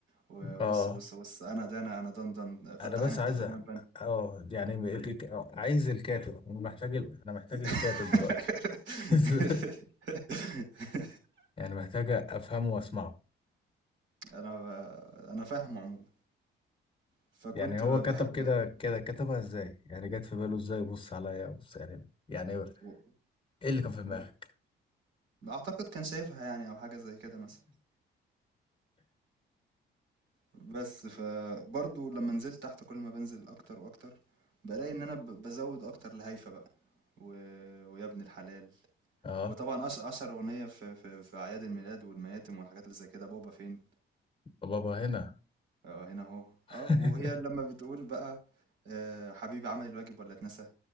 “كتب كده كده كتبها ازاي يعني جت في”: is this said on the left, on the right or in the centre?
Left